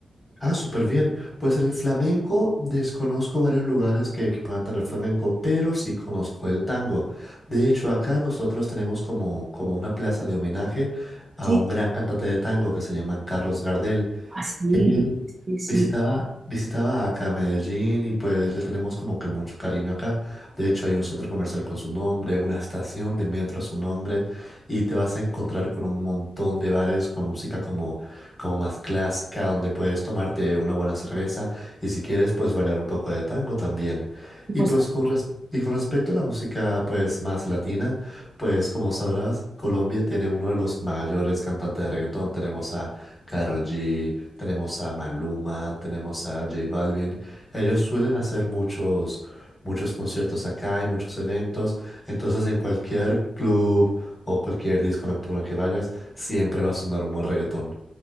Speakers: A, on the left (about 15°); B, on the right (about 25°).
A: Ah, súper bien. Pues en el flamenco desconozco varios lugares que, que puedan tener flamenco, pero sí conozco el tango. De hecho, acá nosotros tenemos como, como una plaza de homenaje a
B: Sí,
A: un gran cantante de tango que se llama Carlos Gardel.
B: así,
A: Él
B: sí, sí.
A: visitaba, visitaba acá Medellín y pues le tenemos como que mucho cariño acá. De hecho, hay un centro comercial con su nombre, una estación de metro a su nombre y te vas a encontrar con un montón de bares con música como, como más clásica, donde puedes tomarte una buena cerveza y si quieres, pues bailar un poco de tango también. Y
B: Pues,
A: pues con res- Y con respecto a la música pues más latina, pues como sabrás, Colombia tiene uno de los mayores cantantes de reggaetón. Tenemos a Karol G, tenemos a Maluma, tenemos a J Balvin. Ellos suelen hacer muchos, muchos conciertos acá y muchos eventos. Entonces, en cualquier club o cualquier disco nocturno que vayas, siempre va a sonar un buen reggaetón.